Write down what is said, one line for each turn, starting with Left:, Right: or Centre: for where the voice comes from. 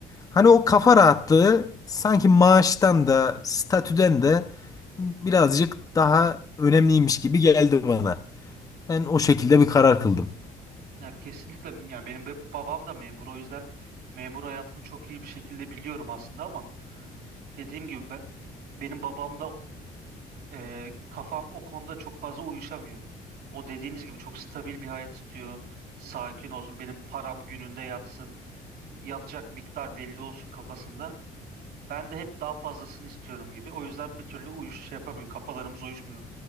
Left: Hani o kafa rahatlığı sanki maaştan da statüden de birazcık daha önemliymiş gibi geldi bana. Ben o şekilde bir karar kıldım.
Right: Ya kesinlikle yani benim be- babam da memur o yüzden memur hayatını çok iyi bir şekilde biliyorum aslında ama dediğim gibi be- benim babamda e, kafam o konuda çok fazla uyuşamıyor. O dediğiniz gibi çok stabil bir hayat istiyor. Sakin olsun, benim param gününde yatsın, yatacak miktar belli olsun kafasında. Ben de hep daha fazlasını istiyorum gibi. O yüzden bir türlü uyuş şey yapamıyor. Kafalarımız uyuşmuyor